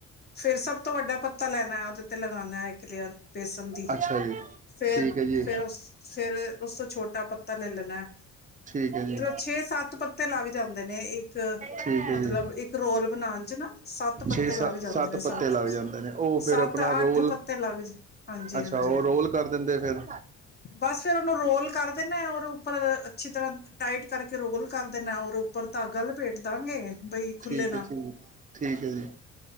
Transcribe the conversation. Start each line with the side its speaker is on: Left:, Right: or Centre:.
Left: ਫਿਰ ਸਭ ਤੋਂ ਵੱਡਾ <unintelligible> ਤੇ ਲਗਾਣਾ ਹੈ ਇੱਕ ਲੇਅਰ ਬੇਸਨ ਦੀ
Right: ਅੱਛਾ ਜੀ
Left: ਫੇਰ-ਫੇਰ
Right: ਠੀਕ ਹੈ ਜੀ
Left: ਉਸ ਫੇਰ ਉਸ ਤੋਂ ਛੋਟਾ ਪੱਤ ਤਾ ਲੈਣ ਨਾ
Right: ਠੀਕ ਹੈ ਜੀ।
Left: ਛੇ ਸੱਤ ਪੱਤੇ ਲੱਗ ਜਾਂਦੇ ਨੇ ਇੱਕ
Right: ਠੀਕ ਹੈ
Left: ਮਤਲਬ
Right: ਜੀ
Left: ਇੱਕ ਰੋਲ ਬਣਾਣ ਚ ਨਾ ਸੱਤ ਪੱਤੇ
Right: ਛੇ ਸੱਤ
Left: ਲੱਗ ਜਾਂਦੇ ਨੇ
Right: ਪੱਤੇ
Left: ਸੱਤ,
Right: ਲੱਗ ਜਾਂਦੇ ਨੇ ਉਹ
Left: ਸੱਤ-ਅੱਠ
Right: ਫਿਰ ਆਪਣਾ ਰੋਲ
Left: ਪੱਤੇ ਲੱਗ ਜਾਂਦੇ। ਹਾਂਜੀ--ਹਾਂਜੀ।
Right: ਅੱਛਾ ਉਹ ਰੋਲ ਕਰ ਦਿੰਦੇ ਫਿਰ
Left: ਬਸ ਫੇਰ ਉਹਨੂੰ ਰੋਲ ਕਰਦੇ ਨੇ ਉਹਦੇ ਉੱਪਰ ਅੱਛੀ ਤਰ੍ਹਾਂ ਟਾਈਟ ਕਰਕੇ ਰੋਗਲ ਕਰ ਦੇਣਾ ਔਰ ਉੱਪਰ ਧਾਗਾ ਲਪੇਟ ਧਾਗੇ ਬਈ ਖੁੱਲੇ
Right: ਠੀਕ
Left: ਨਾ
Right: ਹੈ ਠੀਕ ਠੀਕ ਹੈ ਜੀ